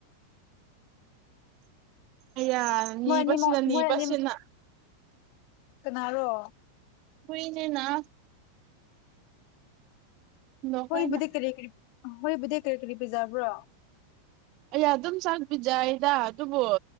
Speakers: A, on the right; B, on the left.
A: ꯑꯌꯥ ꯅꯤꯕꯁꯤꯅ
B: ꯃꯣꯏ ꯑꯅꯤꯃꯛ
A: ꯅꯤꯕꯁꯤꯅ
B: ꯃꯣꯏ ꯑꯅꯤ ꯀꯅꯥꯔꯣ
A: ꯍꯨꯏꯅꯦꯅ ꯍꯨꯟꯗꯣꯛꯈ꯭ꯔꯦ
B: ꯍꯨꯏꯕꯨꯗꯤ
A: ꯑꯩꯅ
B: ꯀꯔꯤ ꯀꯔꯤ ꯍꯨꯏꯕꯨꯗꯤ ꯀꯔꯤ ꯀꯔꯤ ꯄꯤꯖꯕ꯭ꯔꯣ
A: ꯑꯩ ꯑꯗꯨꯝ ꯆꯥꯛ ꯄꯤꯖꯩꯗ ꯑꯗꯨꯕꯨ